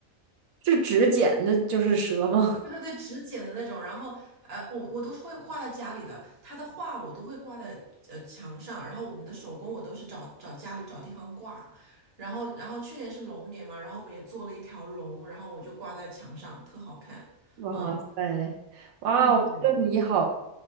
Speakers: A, on the right (about 80°); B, on the right (about 50°).
A: 是指剪的，就是蛇吗？
B: 对对对，纸剪的那种，然后呃，我我都是会挂在家里的，他的画我都会挂在呃墙上，然后我们的手工我都是找找家里找地方挂，然后然后去年是龙年嘛，然后我们也做了一条龙，然后我就挂在墙上，特好看，
A: <laughs> 哇塞，
B: 嗯
A: 哇，
B: 嗯，
A: 我觉得你好，